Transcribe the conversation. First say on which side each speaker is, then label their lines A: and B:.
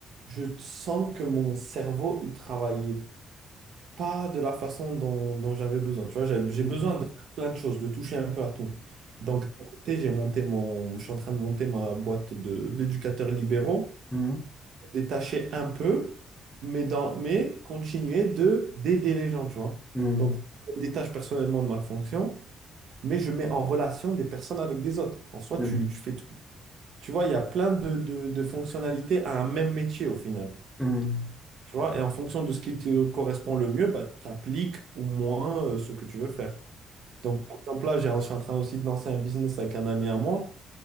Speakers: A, on the right (about 70°); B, in the centre.
A: je sens que mon cerveau, il travaillait pas de la façon dont, dont j'avais besoin. Tu vois, j'avais- j'ai
B: Mhm,
A: besoin de faire plein de choses, de toucher un peu à tout. Donc, d'un côté, j'ai monté mon, je suis en train de monter ma boîte de- d'éducateurs libéraux
B: mhm,
A: détacher un peu, mais, dans, mais continuer de d'aider les gens, tu vois.
B: mhm,
A: Donc, je me détache personnellement de ma fonction, mais je mets en relation des personnes avec des autres. En soi,
B: mhm,
A: tu, tu fais tout. Tu vois, il y a plein de, de, de fonctionnalités à un même métier au final.
B: mhm,
A: Tu vois, et en fonction de ce qui te correspond le mieux, bah, tu appliques ou moins euh, ce que tu veux faire. Donc, par exemple, là, j'ai- je suis en train aussi de lancer un business avec un ami à moi.